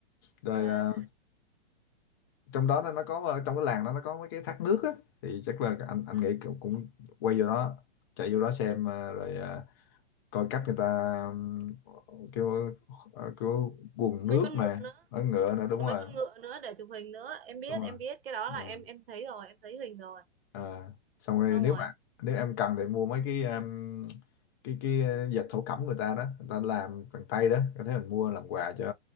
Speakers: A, on the left; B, on the right.
A: rồi
B: Dạ.
A: à, trong đó nó nó có ờ, trong cái làng đó nó có mấy cái thác nước á thì chắc là anh anh
B: À,
A: nghĩ cũng, cũng quay vô đó chạy vô đó xem à, rồi ờ, coi cách người ta ừm, kiểu ờ, kiểu quần
B: Có mấy
A: nước
B: con
A: nè
B: ngựa nữa.
A: nói ngựa nè đúng
B: Có
A: rồi
B: mấy con ngựa nữa để chụp hình nữa. Em biết,
A: đúng rồi
B: em biết cái đó
A: ừ.
B: là em em thấy rồi, em thấy hình rồi.
A: à, xong rồi
B: Xong
A: nếu
B: rồi.
A: mà nếu em cần thì mua mấy cái um, cái cái ờ, dệt thổ cẩm người ta đó người ta làm bằng tay đó có thể mình mua làm quà cho